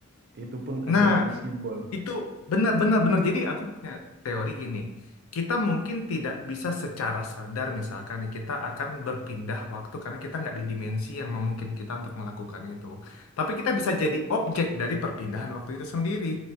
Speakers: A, on the right (about 50°); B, on the left (about 90°).
A: itu pun
B: Nah,
A: dengan simbol
B: itu benar-benar benar. Jadi aku punya teori gini. Kita mungkin tidak bisa secara sadar misalkan nih, kita akan berpindah waktu karena kita nggak di dimensi yang memungkinkan kita untuk melakukan itu. Tapi kita bisa jadi objek dari perpindahan waktu itu sendiri.